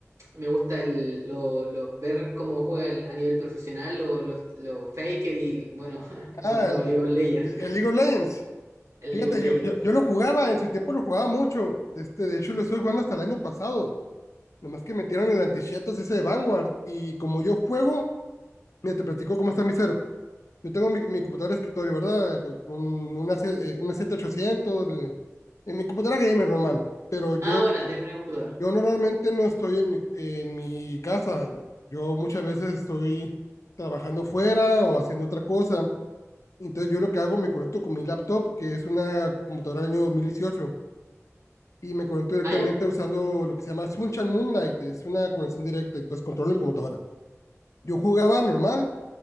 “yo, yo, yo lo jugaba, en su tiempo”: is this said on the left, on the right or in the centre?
Left